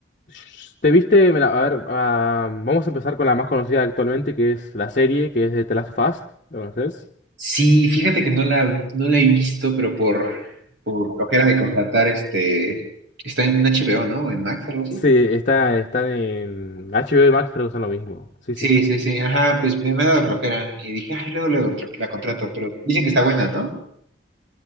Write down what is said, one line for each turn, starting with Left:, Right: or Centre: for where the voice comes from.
Left: Sh- ¿Te viste? Mira, a ver, ah, vamos a empezar con la más conocida actualmente, que es la serie, que es de The Last of Us. ¿La conoces?
Right: Sí, fíjate que no la, no la he visto, pero por, por flojera de contratar, este, está en HBO, ¿no? En Max, algo así.
Left: Sí, está, están en HBO y Max, creo que son lo mismo. Sí,
Right: Sí,
Left: sí.
Right: sí, sí. Ajá, pues me, me ha dado flojera. Y dije, ay, luego la, contra- la contrato, pero dicen que está buena, ¿no?